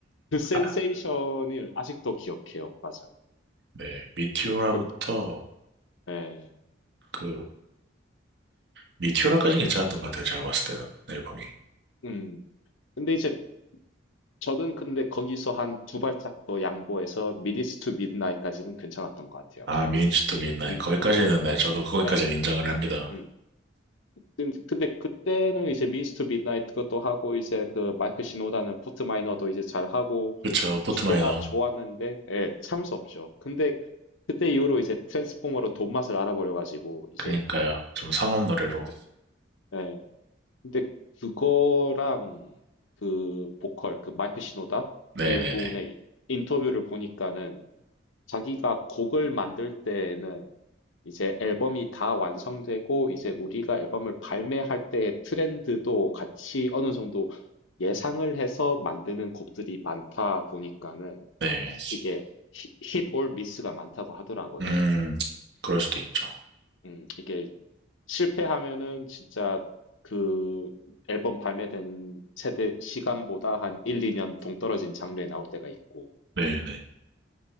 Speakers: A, on the left; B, on the right.
A: 그 센세이션을
B: 아,
A: 아직도 기억해요. 맞아.
B: 네, 미티오라부터
A: 그, 네.
B: 그, 미티오라까지는 괜찮았던 것 같아요. 제가 봤을 때는, 앨범이.
A: 음. 근데 이제 저는 근데 거기서 한 두 발짝 더 양보해서 미디스 투 미드나잇까지는 괜찮았던 것 같아요.
B: 아, 미니츠 투미 i 나
A: 음,
B: n 거기까지는, 네,
A: 네,
B: 저도 거기까지는
A: 네,
B: 인정을 합니다.
A: 음. 근- 근데 그때는 이제 미디스 투 미드나잇 그것도 하고 이제 그 마이크 시노다는 포트 마이너도 이제 잘 하고
B: 그쵸, 포트마이너.
A: 두 개 다 좋았는데, 예, 참을 수 없죠. 근데 그때 이후로 이제 트랜스포머로 돈맛을 알아버려가지고, 이제,
B: 그니까요. 좀 상업 노래로.
A: 예, 예. 근데 그거랑 그 보컬, 그 마이크 시노다?
B: 네네네.
A: 그분의 인터뷰를 보니까는 자기가 곡을 만들 때에는 이제 앨범이 다 완성되고, 이제 우리가 앨범을 발매할 때의 트렌드도 같이 어느 정도 예상을 해서 만드는 곡들이 많다 보니까는
B: 네.
A: 이게 힛올 미스가 많다고 하더라고요.
B: 음, 그럴 수도 있죠.
A: 음, 이게 실패하면은 진짜 그 앨범 발매된 세대 시간보다 한 1, 2년 동떨어진 장르에 나올 때가 있고,
B: 네네.